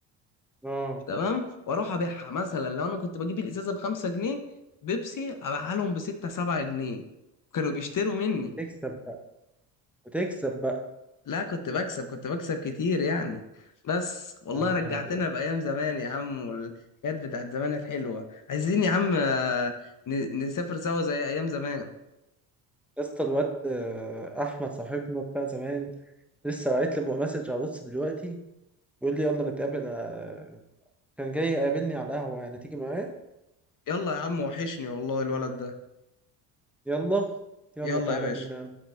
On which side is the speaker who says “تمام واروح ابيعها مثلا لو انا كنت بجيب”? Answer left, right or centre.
Left